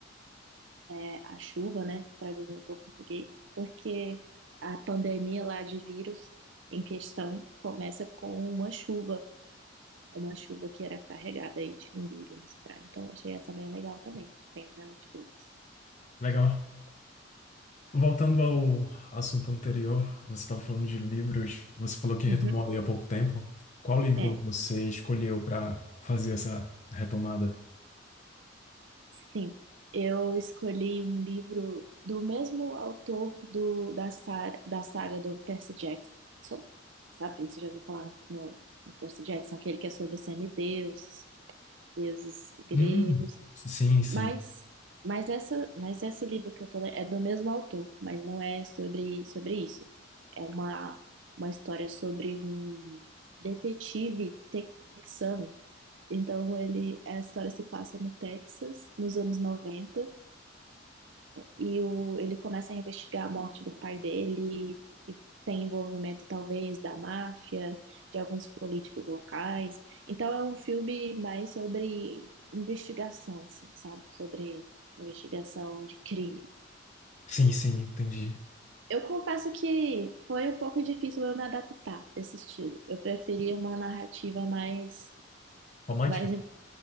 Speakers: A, on the right; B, on the left.
A: é a chuva, né, traduzindo para o português, porque a pandemia lá de vírus em questão começa com uma chuva. uma chuva que era carregada aí de um vírus estranho. Então, eu achei essa bem legal também. Tem na Netflix.
B: Legal. Voltando ao assunto anterior, você estava falando de livros. Você falou que
A: Uhum.
B: retomou a ler há pouco tempo. Qual livro
A: É,
B: você escolheu para fazer essa retomada?
A: sim. Eu escolhi um livro do mesmo autor do, da, sar, da saga do Percy Jackson. Sabe, você já ouviu falar no, no Percy Jackson, aquele que é sobre semideuses, deuses gregos.
B: Hum, sim, sim.
A: Mas, mas essa, mas esse livro que eu tô lendo é do mesmo autor, mas não é sobre, sobre isso. É uma, uma história sobre um detetive texano. Então ele, a história se passa no Texas, nos anos 90. E o, ele começa a investigar a morte do pai dele, que tem envolvimento talvez da máfia, de alguns políticos locais. Então é um filme mais sobre investigação, assim, sabe? Sobre investigação de crime.
B: Sim, sim, entendi.
A: Eu confesso que foi um pouco difícil eu me adaptar a esse estilo. Eu preferia uma narrativa mais,
B: Romântica?
A: mais